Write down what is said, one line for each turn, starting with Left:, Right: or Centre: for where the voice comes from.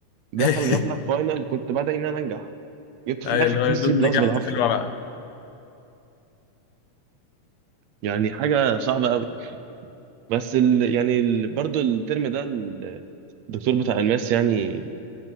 Right: دخل
Left: <laughs>
Right: جاب لك فاينل كنت بدعي ان انا انجح جبت في
Left: أيوة
Right: الاخر
Left: اللي
Right: فيه
Left: هو يا
Right: سي
Left: دوب
Right: بلس
Left: نجحت
Right: بالعافيه
Left: في الورقة
Right: يعني حاجة صعبة قوي بس ال... يعني ال... برضو الترم ده الدكتور بتاع الماس يعني